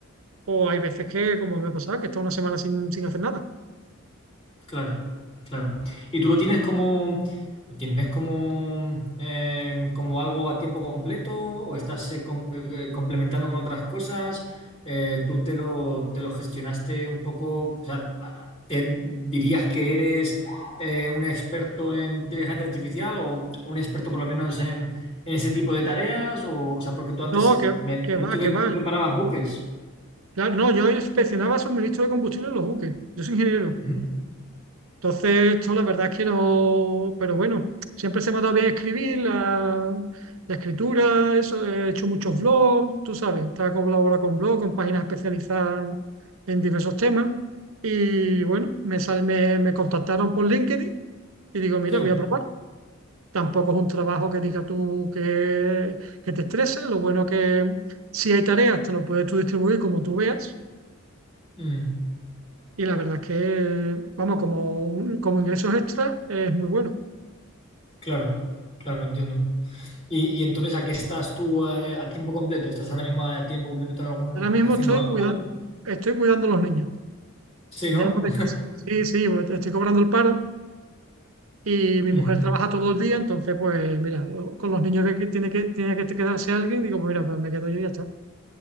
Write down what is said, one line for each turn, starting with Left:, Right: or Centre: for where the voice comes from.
Right: o hay veces que, como me ha pasado, que está una semana sin, sin hacer nada.
Left: Claro, claro. ¿Y tú lo tienes como, lo tienes como, eh, como algo a tiempo completo o estás eh, com- eh, eh, complementando con otras cosas? Eh, ¿tú te lo, te lo gestionaste un poco? O sea, a- ¿te dirías que eres eh, un experto en inteligencia artificial o un experto por lo menos en, en ese tipo de tareas? O, o sea, porque tú antes
Right: No,
Left: eh,
Right: que,
Left: me has
Right: que
Left: dicho
Right: va,
Left: que
Right: que
Left: tú
Right: va.
Left: reparabas buques.
Right: Claro, no, yo inspeccionaba suministro de combustible en los buques. Yo soy ingeniero.
Left: Ujú.
Right: Entonces, esto la verdad es que no, pero bueno, siempre se me ha dado bien escribir, la, la escritura, eso, he hecho muchos blogs, tú sabes, estaba colaborando con blogs, con páginas especializadas en, en diversos temas. Y bueno, me, sal- me, me contactaron por LinkedIn y digo, mira,
Left: Sí.
Right: voy a probar. Tampoco es un trabajo que diga tú que, que te estrese, lo bueno que si hay tareas, te lo puedes tú distribuir como tú veas.
Left: Mm.
Right: Y la verdad es que, vamos, como, un- como ingresos extra es muy bueno.
Left: claro, claro, entiendo. Y, y entonces, ¿a qué estás tú eh, a tiempo completo? ¿Estás ahora mismo a tiempo completo en algún,
Right: Ahora mismo
Left: haciendo
Right: estoy
Left: algo?
Right: cuidando, estoy cuidando a los niños
Left: Sí,
Right: de
Left: ¿no?
Right: ambos de casa. Sí, sí, pues, estoy cobrando el paro y mi
Left: <laughs>
Right: mujer
Left: Ujú,
Right: trabaja todo el día, entonces, pues mira, con los niños que tiene que, tiene que quedarse alguien, digo, pues mira, pues me quedo yo y ya está.